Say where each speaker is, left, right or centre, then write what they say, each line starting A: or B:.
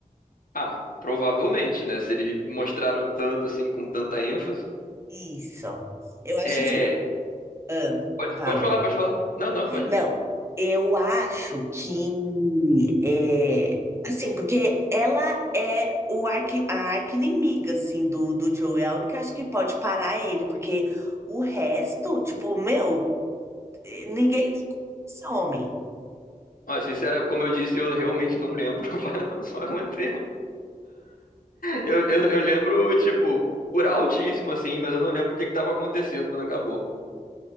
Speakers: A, on the left (about 75°); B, on the right (about 20°).
A: Ah, mas provavelmente, né? Se eles mostraram tanto assim, com tanta ênfase.
B: Isso. Eu acho
A: É.
B: assim. Ah,
A: Pode,
B: fala.
A: pode falar, pode Ah, falar. Não, não, pode.
B: Não,
A: ir.
B: eu acho que é assim, porque ela é o arqui, a arqui-inimiga assim do do Joel, é a única acho que pode parar ele, porque o resto, tipo, meu, ninguém some.
A: Ó, sincera, como eu disse, eu realmente não lembro. <laughs> Faz só muito tempo. Eu, eu, eu lembro, tipo, por altíssimo, assim, mas eu não lembro o que que tava acontecendo quando acabou.